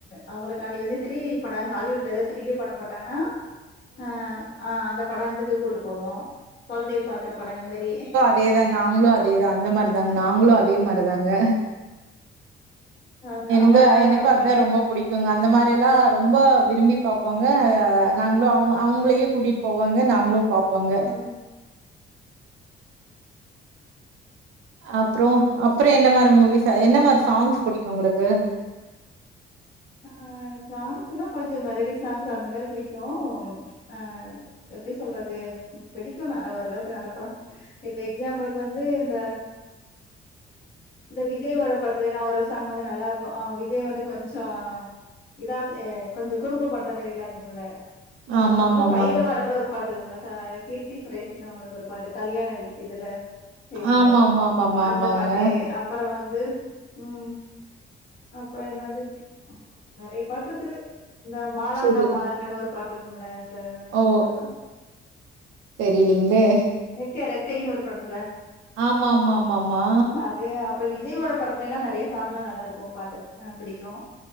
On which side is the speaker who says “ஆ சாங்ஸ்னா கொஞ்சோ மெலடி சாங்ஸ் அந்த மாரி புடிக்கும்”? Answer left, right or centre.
Left